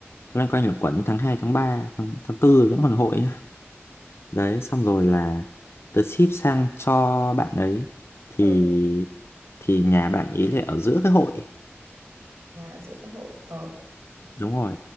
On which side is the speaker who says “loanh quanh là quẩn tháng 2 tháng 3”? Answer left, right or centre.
Left